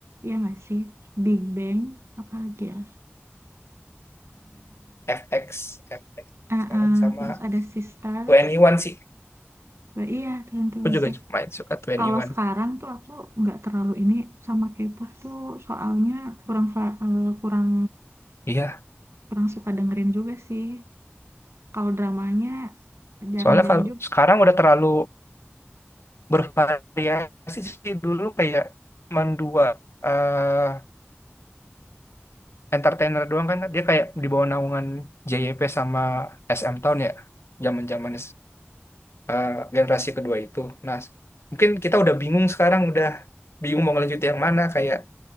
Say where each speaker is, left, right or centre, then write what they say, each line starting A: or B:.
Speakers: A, on the right (about 85°); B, on the left (about 75°).
A: ya nggak sih? Big Bang, apa lagi ya?
B: FX FX
A: Eh, eh, eh,
B: sekarang sama
A: terus ada Sisters.
B: 21 sih
A: Wah, iya, tergantung
B: aku
A: musik.
B: juga main suka 21
A: Kalau sekarang tuh aku nggak terlalu ini sama K-pop tuh soalnya kurang fa- eh, kurang
B: iya
A: kurang suka dengerin juga sih. Kalau dramanya jarang-jarang
B: soalnya kalau
A: juga.
B: sekarang udah terlalu bervariasi sih dulu kayak cuma dua eh entertainer doang kan dia kayak di bawah naungan JYP sama SM Town ya zaman-zaman eh, generasi kedua itu nah mungkin kita udah bingung sekarang udah bingung mau ngelanjut yang mana kayak